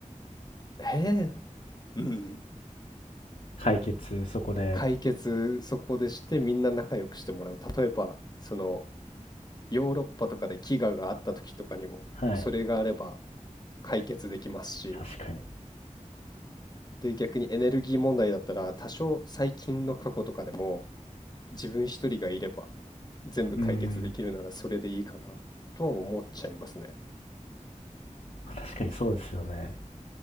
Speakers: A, on the left; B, on the left.
A: へえ、うん、
B: 解決、そこで。
A: 解決そこでしてみんな仲良くしてもらう。例えば、そのヨーロッパとかで飢餓があった時とかにも、
B: はい。
A: それがあれば解決できますし、
B: 確かに。
A: で、逆にエネルギー問題だったら、多少最近の過去とかでも、自分一人がいれば、全部解決できるならそれでいいかなとは思っちゃいますね。
B: うーん。確かにそうですよね。